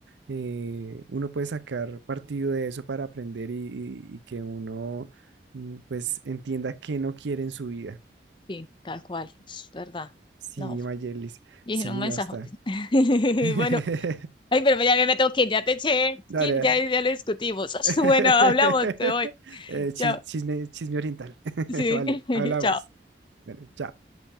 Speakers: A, on the right; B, on the left.
A: eh, uno puede sacar partido de eso para aprender y, y- y que uno mm, pues entienda qué no quiere en su vida.
B: sí, tal cual, es verdad.
A: Sí,
B: No,
A: Mayelis,
B: Y
A: sí,
B: dije, un mensajote.
A: no está.
B: <laughs>
A: <laughs>
B: Bueno, ay, pero ya me tengo que ir, ya te eché,
A: Dale,
B: Kim,
A: dale.
B: ya, ya lo discutimos. <laughs>
A: <laughs>
B: Bueno, hablamos, te voy.
A: Eh, chis-
B: Chao.
A: chisme, chisme oriental. <laughs>
B: Sí,
A: Vale,
B: <laughs>
A: hablamos.
B: chao.
A: Bueno, chao.